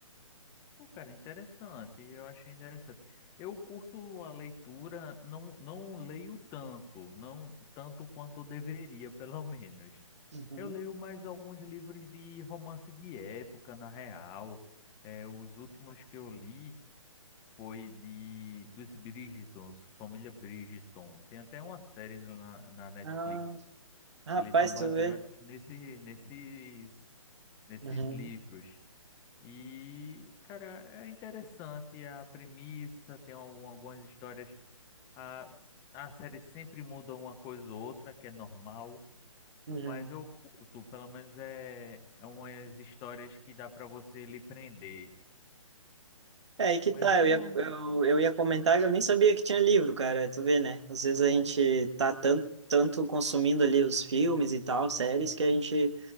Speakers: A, on the left; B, on the right.
A: Pô, cara, interessante. Eu achei interessante. Eu curto a leitura, não, não leio tanto, não tanto quanto eu deveria, <laughs> pelo menos.
B: Uhum.
A: Eu leio mais alguns livros de romance de época, na real. É, os últimos que eu li. foi de dos Bridgertons, família Bridgerton. Tem até uma série na, na Netflix
B: Ah, rapaz,
A: que eles são baseados
B: tu vê.
A: nesse, nesses, nesses
B: Uhum.
A: livros. E, cara, é interessante a premissa, tem al- algumas histórias. A, a série sempre muda uma coisa ou outra, que é normal,
B: Uhum.
A: mas eu curto, pelo menos é, é umas histórias que dá pra você lhe prender.
B: É, aí que
A: Mas
B: tá,
A: eu
B: eu
A: vou.
B: ia, eu, eu ia comentar que eu nem sabia que tinha livro, cara, tu vê, né? Às vezes a gente tá tanto, tanto consumindo ali os filmes e tal, séries, que a gente